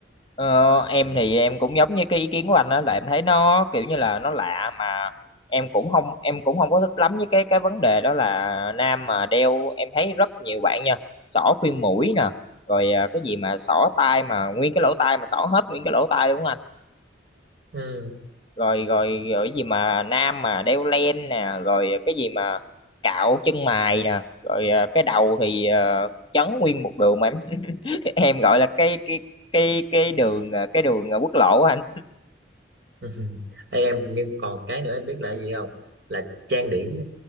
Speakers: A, on the left (about 25°); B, on the right (about 55°).
A: Ờ, em thì em cũng giống như cái ý kiến của anh đó là em thấy nó kiểu như là nó lạ mà em cũng không em cũng không có thích lắm với cái cái vấn đề đó là nam mà đeo em thấy rất nhiều bạn nha xỏ khuyên mũi nè rồi à, cái gì mà xỏ tai mà nguyên cái lỗ tai mà xỏ hết nguyên cái lỗ tai đúng không anh
B: ừ.
A: rồi rồi rồi cái gì mà nam mà đeo len nè rồi cái gì mà cạo chân mày nè rồi à, cái đầu thì à, chấn nguyên một đường mà em <laughs> em gọi là cái cái cái cái đường à, cái đường à, quốc lộ á anh
B: <laughs> Ê, em nhưng còn cái nữa em biết là gì không là trang điểm